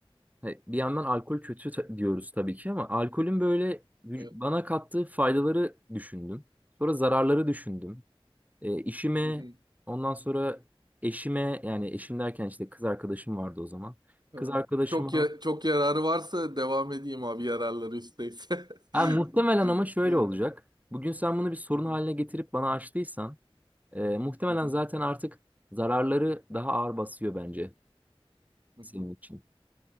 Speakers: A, on the right; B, on the right.
A: he, bir yandan alkol kötü ta- diyoruz tabii ki ama alkolün böyle vüc-
B: Evet.
A: bana kattığı faydaları düşündüm. Sonra zararları düşündüm. E, işime
B: Hı hı.
A: ondan sonra eşime yani eşim derken işte kız arkadaşım vardı o zaman.
B: Ha.
A: Kız arkadaşıma
B: Çok ya- çok yararı varsa devam edeyim abi yararları üstteyse. <laughs>
A: ha, muhtemelen ama şöyle
B: Evet
A: olacak. Bugün sen bunu bir sorun
B: Hı hı,
A: haline getirip bana açtıysan Ee, muhtemelen
B: hı hı.
A: zaten artık zararları daha ağır basıyor bence
B: hı
A: senin
B: hı.
A: için.